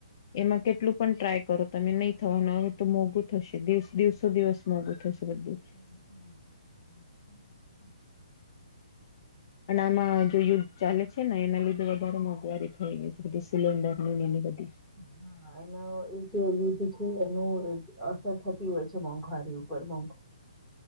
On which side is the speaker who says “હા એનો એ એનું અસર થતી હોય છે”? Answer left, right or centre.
Centre